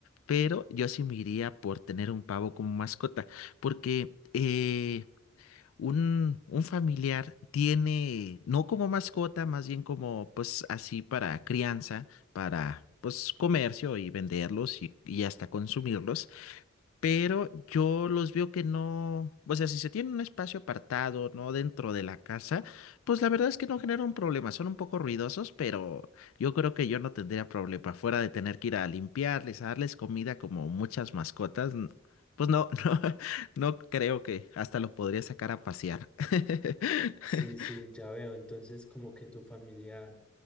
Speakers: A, on the left (about 85°); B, in the centre.
A: pero yo sí me iría por tener un pavo como mascota, porque... eh, Un, un familiar tiene, no como mascota, más bien como pues así para crianza, para pues comercio y venderlos y y hasta consumirlos pero yo los veo que no, o sea, si se tiene un espacio apartado, no dentro de la casa, pues la verdad es que no generan problema. son un poco ruidosos, pero yo creo que yo no tendría problema, fuera de tener que ir a limpiarles, a darles comida como muchas mascotas, n- pues no, <laughs> no, no creo que hasta los podría sacar a pasear. <laughs>
B: Sí, sí, ya veo. Entonces, como que tu familiar